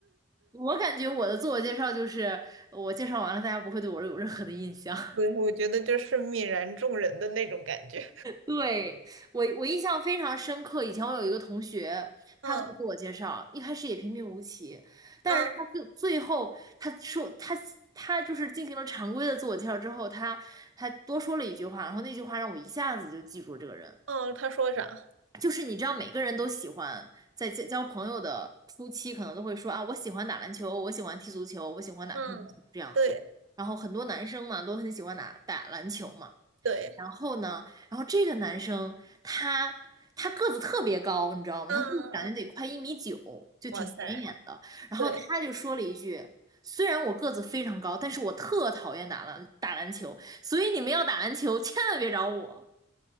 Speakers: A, on the right (about 20°); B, on the right (about 85°).
A: 我感觉我的自我介绍就是我介绍完了，大家不会对我有任何的印象。
B: 对，我觉得就是泯然众人的那种感觉。
A: 对，我我印象非常深刻。以前我有一个同学，他做自我介绍，
B: 嗯
A: 一开始也平平无奇，但是他最最后他说他他就是进行了常规的自我介绍之后，
B: 嗯
A: 他他多说了一句话，然后那句话让我一下子就记住了这个人。
B: 嗯，他说啥？
A: 就是你知道，每个人都喜欢在交交朋友的初期，可能都会说啊，我喜欢打篮球，我喜欢踢足球，我喜欢打乒乓球这样子。
B: 嗯，对
A: 然后很多男生嘛，都很喜欢打打篮球嘛。
B: 对，
A: 然后呢，然后这个男生他他个子特别高，你知道吗？
B: 嗯嗯嗯，
A: 他个子感觉得快一米九，就挺显眼的。
B: 哇塞，
A: 然后他就说了一句：
B: 对，
A: “虽然我个子非常高，但是我特讨厌打篮打篮球，所以你们要打篮球千万别找我。”